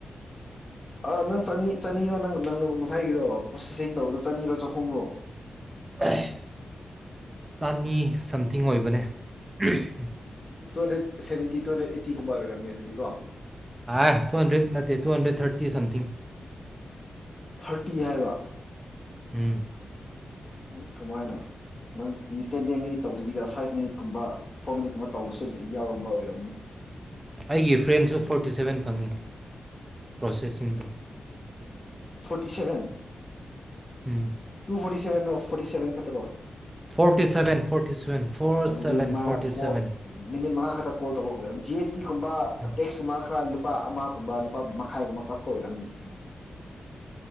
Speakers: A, on the left; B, on the right.
A: ꯑ ꯅꯪ ꯆꯅꯤ ꯆꯅꯤꯔꯣ ꯅꯪ ꯅꯪꯉꯁꯥꯏꯒꯤꯗꯣ ꯄ꯭ꯔꯣꯁꯦꯁꯤꯡ ꯇꯧꯕꯗꯣ ꯆꯅꯤꯔꯣ ꯆꯍꯨꯝꯔꯣ
B: ꯑꯍꯑ ꯆꯅꯤ ꯁꯝꯊꯤꯡ ꯑꯣꯏꯕꯅꯦ ꯑꯍꯝꯝ
A: two hundred seventy two hundred ꯑꯩꯠꯇꯤꯒꯨꯝꯕ ꯑꯣꯏꯔꯝꯅꯤ ꯑꯗꯨꯗꯤ ꯀꯣ
B: ꯑꯥꯏ ꯇꯨ ꯍꯟꯗ꯭ꯔꯦꯠ ꯅꯠꯇꯦ two hundred thirty something
A: thirty ꯍꯥꯏꯕ
B: ꯎꯝ
A: ꯋꯤꯠ ꯀꯃꯥꯏꯅ ꯅꯪ ꯇꯦꯟ ꯇꯦꯟ ꯃꯤꯅꯤꯠ ꯇꯧꯗꯕꯤꯗ ꯐꯥꯏꯞ ꯃꯤꯅꯤꯠ ꯀꯨꯝꯕ ꯐꯣꯔ ꯃꯤꯅꯤꯠ ꯀꯨꯝꯕ ꯇꯧꯕꯁꯨ ꯌꯥꯎꯔꯝꯕ ꯑꯣꯏꯔꯝꯅꯤ
B: ꯑꯩꯒꯤ ꯐ꯭ꯔꯦꯟꯁꯨ ꯐꯣꯔꯇꯤ ꯁꯚꯦꯟ ꯐꯪꯉꯤ ꯄ꯭ꯔꯣꯁꯦꯁꯤꯤꯡꯗꯨ
A: ꯐꯣꯔꯇꯤ ꯁꯚꯦꯟ
B: ꯎꯝ
A: ꯇꯨ ꯐꯣꯔꯇꯤ ꯁꯚꯦꯟ ꯔꯐ ꯐꯣꯔꯤꯦꯚꯦꯟ ꯈꯠꯇ꯭ꯔꯣ
B: forty seven forty seven four
A: ꯑꯗꯨꯗꯤ
B: ꯁꯚꯦꯟ
A: ꯃꯥ
B: ꯐꯣꯔꯇꯤ ꯁꯚꯦꯟ
A: ꯀꯣ ꯃꯤꯅꯤꯠ ꯃꯉꯥ ꯈꯛꯇ ꯀꯣꯜ ꯇꯧꯔꯛꯑꯣ ꯖꯤ ꯑꯦꯁ ꯇꯤꯒꯨꯝꯕ
B: ꯎꯝ
A: ꯇꯦꯛꯁꯀꯨꯝꯕ ꯈꯔ ꯂꯨꯄꯥ ꯑꯃꯒꯨꯝꯕ ꯂꯨꯄꯥ ꯃꯈꯥꯏꯒꯨꯝꯕ ꯀꯛꯄ ꯑꯣꯏꯔꯝꯅꯤ